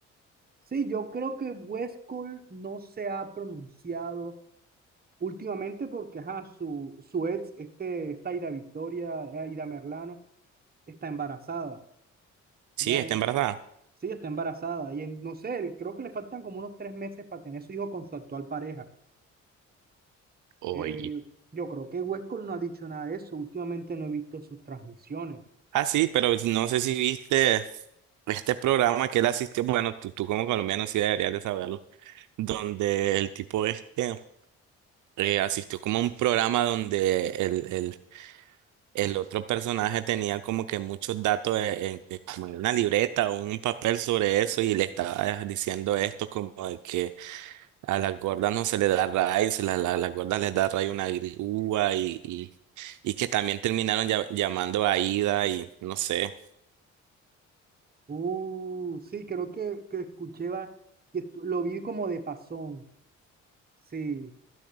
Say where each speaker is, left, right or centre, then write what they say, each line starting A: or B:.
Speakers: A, on the right; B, on the right.
A: Sí, yo creo que West Cole no se ha pronunciado últimamente porque ajá, su, su ex, este, esta Aira Victoria, eh, Aira Merlano, está embarazada.
B: Sí,
A: Ya
B: está
A: en-
B: embarazada.
A: sí, está embarazada. Y en- no sé, él- creo que le faltan como unos tres meses para tener su hijo con su actual pareja.
B: Oye.
A: Eh, yo, yo creo que West Cole no ha dicho nada de eso. Últimamente no he visto sus transmisiones.
B: Ah, sí, pero no sé si viste este programa que él asistió. Bueno, tú, tú como colombiano sí deberías de saberlo. Donde el tipo este eh, asistió como a un programa donde el, el, el otro personaje tenía como que muchos datos e- en, en- como en una libreta o un papel sobre eso y le estaba diciendo esto como de que A las gordas no se le da raíz, la, la- las gordas les da raíz una grúa y, y, y que también terminaron lla- llamando a Ida y no sé.
A: Uh, sí, creo que, que escuché, va- que estu- lo vi como de pasón. Sí.